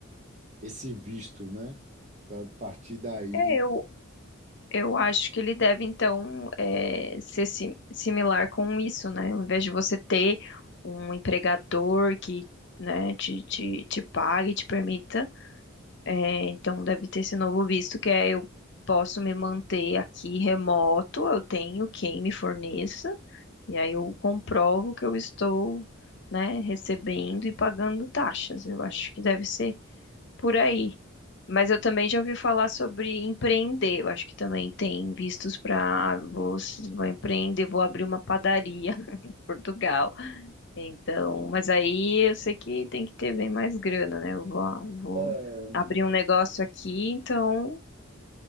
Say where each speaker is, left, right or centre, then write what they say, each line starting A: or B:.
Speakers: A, on the right; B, on the left.
A: esse visto, né? Para partir daí,
B: é, eu Eu acho que ele deve, então, eh, ser sim- similar com isso, né? Ao invés de você ter um empregador que, né, te, te, te pague, te permita, eh, então deve ter esse novo visto, que é eu posso me manter aqui remoto, eu tenho quem me forneça, e aí eu comprovo que eu estou, né, recebendo e pagando taxas. Eu acho que deve ser por aí. Mas eu também já ouvi falar sobre empreender. Eu acho que também tem vistos para vou, vou empreender, vou abrir uma padaria <laughs> em Portugal. Então, mas aí eu sei que tem que ter bem mais grana, né? Eu vou, vou
A: é,
B: abrir um negócio aqui, então